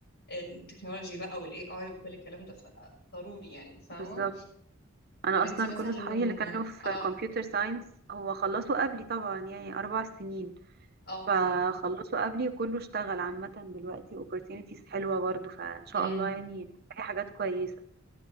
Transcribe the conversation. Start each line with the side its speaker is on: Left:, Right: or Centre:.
Left: التكنولوجي بقى وال AI وكل الكلام ده فضروري يعني فاهمة
Right: بالظبط انا
Left: طب انتي
Right: اصلا
Left: مثلا
Right: كل صحابي اللي كانوا في
Left: اه
Right: كمبيوتر ساينس هو خلصوا قبلي طبعا يعني اربع سنين
Left: اه بالظبط
Right: فخلصوا قبلي وكله اشتغل عامة دلوقتي opportunities حلوة برضو فإن شاء
Left: امم
Right: الله يعني في حاجات كويسة